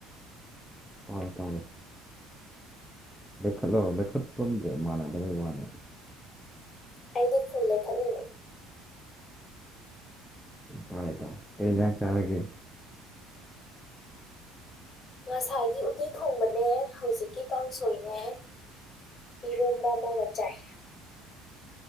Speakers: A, in the centre; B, on the left.
A: ꯇꯥꯔꯦ ꯇꯥꯔꯦ ꯂꯩꯈꯠꯂꯣ ꯂꯩꯈꯠꯄꯝꯁꯦ ꯃꯥꯟꯅꯗꯕꯩ ꯃꯥꯅꯦ
B: ꯑꯩꯗꯤ ꯐꯨꯜ ꯂꯩꯈꯠꯂꯤꯅꯦ
A: ꯇꯥꯔꯦ ꯇꯥꯔꯦ ꯀꯩ ꯖꯥꯡ ꯆꯥꯔꯒꯦ
B: ꯉꯁꯥꯏꯒꯤ ꯎꯇꯤ ꯊꯣꯡꯕꯅꯦ ꯍꯧꯖꯤꯛꯀꯤ ꯀꯥꯡꯁꯣꯏꯅꯦ ꯏꯔꯣꯝꯕ ꯑꯃꯒ ꯆꯥꯏ